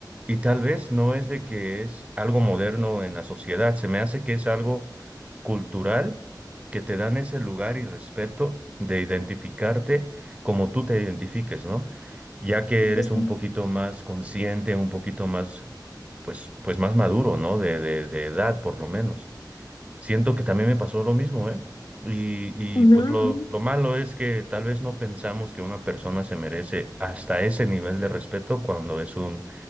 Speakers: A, on the right (about 20°); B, on the left (about 50°).
A: y tal vez no es de que es algo moderno en la sociedad, se me hace que es algo cultural que te dan ese lugar y respeto de identificarte como tú te identifiques, ¿no? Ya que eres
B: justo.
A: un poquito más consciente, un poquito más, pues, pues más maduro, ¿no? De, de, de edad, por lo menos. Siento que también me pasó lo mismo, ¿eh? Y, y,
B: Ujú,
A: pues lo,
B: ujú.
A: lo malo es que tal vez no pensamos que una persona se merece hasta ese nivel de respeto cuando es un,